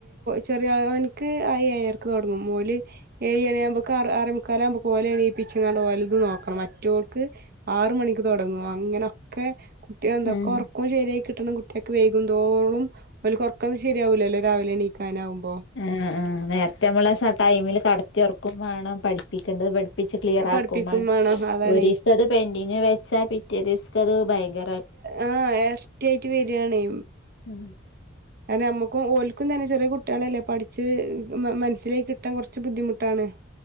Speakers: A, on the right; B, on the left.
A: ചെറിയോന്ക്ക് ആ ഏഴരക്ക് തുടങ്ങും ഓല് ഏഴ് മണി ആകുമ്പോക്ക് ആറെമുക്കാല ആകുമ്പോക്ക് ഓലെ എണീപ്പിച്ചിങ്ങാണ്ട് ഓല്ത് നോക്കണം മറ്റോൾക്ക് ആറ് മണിക്ക് തുടങ്ങും അങ്ങനൊക്കെ കുട്ടിക എന്തൊക്കെ
B: ആഹ്
A: ഉറക്കും ഉറക്കം ശരിയായി കിട്ടണം കുട്ടികൾക്ക് വൈകുതോരും ഓല്ക്ക് ഒറക്കൊന്നും ശരിയാവല്ലല്ലോ രാവിലെണീക്കാനാവുമ്പോ
B: ആ ആ നേരത്തെ നമ്മളെ ടൈമിൽ കടത്തിയുറക്കും വേണം പഠിപ്പിക്കേണ്ടത് പഠി പ്പിച്ച് ക്ലിയർ
A: അത് പഠിപ്പിക്കും
B: ആക്കുംമാണം
A: വേണം അതാണേ
B: ഒരിസത്തത് പെൻഡിങ് വെച്ചാ പിറ്റേ ദിവസത്തേക്ക് അത് ഭയങ്കര
A: ആ എരട്ടി ആയിട്ട് വരാണേ
B: ഞാ
A: കാരണം നമ്മുക്കും ഓല്ക്കും തന്നെ ചെറിയ കുട്ടികളല്ലേ പഠിച്ച് മനസ്സിലേക്ക് കിട്ടാൻ കുറച്ച് കുറച്ച് ബുദ്ധിമുട്ടാണ്